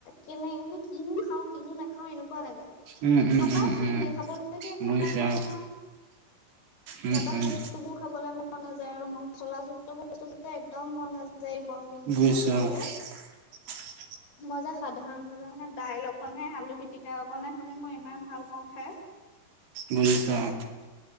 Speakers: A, on the left; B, on the right.
A: কেনে মানে কিনো খাওঁ কিনো নাখাওঁ এনেকুৱা লাগে,
B: উম উম
A: খাবা
B: উম
A: কি
B: উম
A: তুমি খাবলৈকে একো
B: বুজিছো
A: নাথাকে
B: অ
A: নহয়।
B: উম
A: যাতা
B: উম
A: বস্তু বোৰ খাবলৈ মন মন নাযায় আৰু মচলাযুক্ত বস্তু যে একদম মন নাযায় গৰম দিনকেইটাত
B: বুজিছো
A: খাবলে।
B: <unintelligible>
A: মই যে সাধাৰণ ভাৱে মানে দাইল অকণে আলু পিটিকা অকণনে হ'লে মই ইমান ভাল পাওঁ খাই।
B: বুজিছোঁ অ'।